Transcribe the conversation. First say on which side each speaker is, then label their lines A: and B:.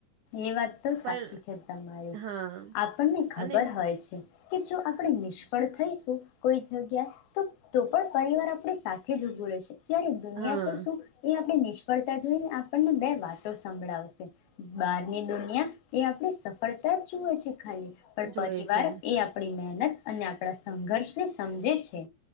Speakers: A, on the left; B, on the right.
A: એ વાત તો સાચી
B: પણ
A: છે, તમારી,
B: હા
A: આપણને ખબર
B: અને
A: હોય છે કે જો આપણે નિષ્ફળ થઈશું, કોઈ જગ્યા, તો તો પણ પરિવાર આપણી સાથે જ ઉભું રહેશે જયારે દુનિયા
B: હા
A: તો શું એ આપણે નિષ્ફળતા જોઈને, આપણને બે વાતો સંભળાવશે બહારની દુનિયા એ આપણી સફળ તા જુએ છે. ખાલી પણ
B: જોએ
A: પરિવાર
B: છે
A: એ આપણી મહેન અને આપણા સંઘર્ષ ને સમજે છે.